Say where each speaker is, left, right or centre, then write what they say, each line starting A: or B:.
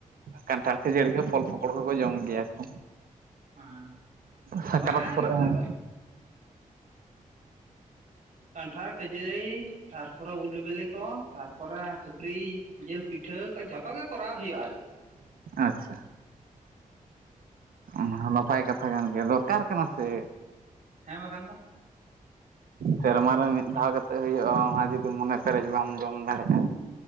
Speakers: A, on the right; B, on the right.
A: ᱠᱟᱱᱴᱷᱟᱲ ᱠᱷᱟᱹᱡᱟᱹᱲᱤ ᱠᱚ ᱯᱷᱚᱞ ᱯᱚᱠᱚᱲ ᱠᱚᱠᱚ ᱡᱚᱢ ᱜᱮᱭᱟ ᱠᱚ
B: ᱦᱮᱸ
A: ᱥᱟᱠᱨᱟᱛ
B: ᱵᱟᱝ
A: ᱠᱚᱨᱮ
B: ᱱᱚᱛᱮ
A: ᱦᱚᱸ
B: ᱫᱚ ᱠᱟᱱᱴᱷᱟᱲ, ᱠᱷᱟᱹᱡᱟᱹᱲᱤ, ᱛᱟᱨᱯᱚᱨᱮ ᱩᱞ ᱵᱤᱞᱤ ᱠᱚ ᱛᱟᱨᱯᱚᱨᱮ ᱥᱩᱠᱨᱤ ᱡᱤᱞ ᱯᱤᱴᱷᱟᱹ ᱠᱚ ᱡᱷᱚᱛᱚ ᱜᱮ ᱠᱚᱨᱟᱣ ᱦᱩᱭᱩᱜᱼᱟ ᱟᱨᱠᱤ᱾
A: ᱟᱪᱪᱷᱟ ᱚᱱᱟ ᱦᱚᱸ ᱱᱟᱯᱟᱭ ᱠᱟᱛᱷᱟ ᱠᱟᱱ ᱜᱮᱭᱟ ᱫᱚᱨᱠᱟᱨ ᱠᱟᱱᱟ ᱥᱮ᱾
B: ᱦᱮᱸ ᱵᱟᱠᱷᱟᱱ ᱫᱚ᱾
A: ᱥᱮᱨᱢᱟ ᱨᱮ ᱢᱤᱫ ᱫᱷᱟᱣ ᱠᱟᱛᱮ ᱦᱩᱭᱩᱜᱼᱟ ᱚᱱᱟ ᱡᱩᱫᱤ ᱢᱚᱱᱮ ᱯᱮᱨᱮᱡ ᱵᱟᱢ ᱡᱚᱢ ᱫᱟᱲᱮᱭᱟᱜᱼᱟ